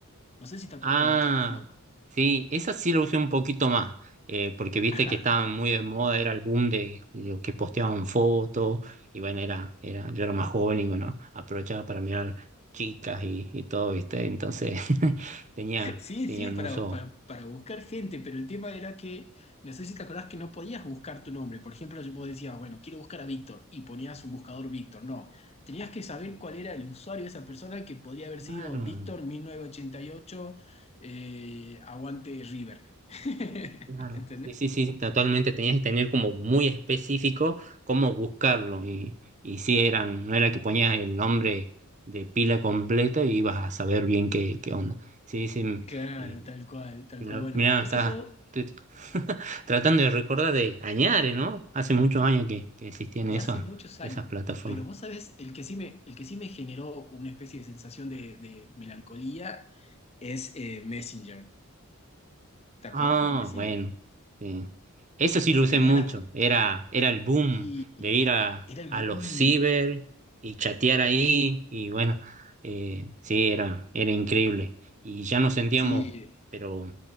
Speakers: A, on the left; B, on the right.
A: No sé si te acordás
B: Ah,
A: de Metroflow.
B: sí, esa sí la usé un poquito más, eh, porque viste
A: <laughs>
B: que estaba muy de moda, era el boom de, de lo que posteaban fotos, y bueno, era, era, yo era más joven y bueno, aprovechaba para mirar chicas y, y todo, ¿viste? Entonces <laughs> tenía,
A: Sí,
B: tenía
A: sí,
B: un
A: para,
B: uso
A: para, para buscar gente, pero el tema era que, no sé si te acordás que no podías buscar tu nombre. Por ejemplo, yo vos decías, bueno, quiero buscar a Víctor y ponías un buscador Víctor. No, tenías que saber cuál era el usuario de esa persona que podría haber
B: claro,
A: sido Víctor 1988, eh, aguante River. <laughs>
B: Claro.
A: ¿Entendés?
B: Sí, sí, sí, totalmente tenías que tener como muy específico cómo buscarlo y, y sí eran, no era que ponías el nombre de pila completa y ibas a saber bien qué, qué onda. Sí, sí, m-
A: Claro,
B: eh,
A: tal cual, tal
B: mira,
A: cual. Bueno,
B: mira,
A: esas
B: está,
A: son
B: estoy <laughs> tratando de recordar de Añare, ¿no? Hace muchos años que, que existían
A: de
B: esas,
A: hace muchos años,
B: esas plataformas.
A: pero vos sabés, el que sí me, el que sí me generó una especie de sensación de, de melancolía es eh, Messenger. ¿Te
B: Ah,
A: acordás de Messenger?
B: bueno, sí. Eso sí lo
A: Que
B: usé
A: tenía
B: mucho.
A: la... fu-
B: Era, era el boom
A: Y
B: de ir a,
A: era el
B: a
A: boom.
B: los ciber y chatear ahí. Y bueno, eh, sí, era, era increíble. Y ya nos sentíamos,
A: Sí,
B: pero